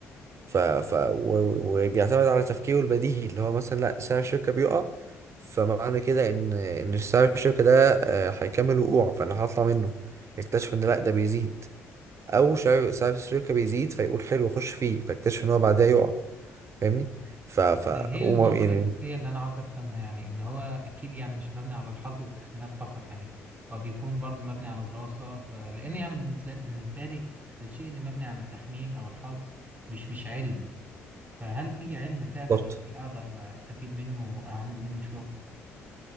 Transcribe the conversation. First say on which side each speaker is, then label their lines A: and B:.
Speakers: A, on the right; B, on the right.
A: ف... ف... و- وبيعتمد على تفكيره البديهي اللي هو مثلا لا سعر الشركة بيقع فمعنى كده ان ان سعر الشركة ده آه، هيكمل وقوعه فانا هطلع منه يكتشف ان لا ده بيزيد او سعر سعر الشركة بيزيد فيقول حلو اخش فيه فاكتشف ان هو بعدها يقع فاهمني ف ف
B: هي
A: وما-
B: النقطة
A: يعني
B: الأساسية اللي أنا عاوز أفهمها يعني إن هو أكيد يعني مش مبني على الحظ والتخمينات فقط يعني هو بيكون برضو مبني على دراسة فلأن يعني بالنسبة بالنسبة لي الشيء اللي مبني على التخمين أو الحظ مش مش علم فهل في علم فعلا
A: بالظبط
B: يعني أقدر أستفيد منه وأعمل منه شغل؟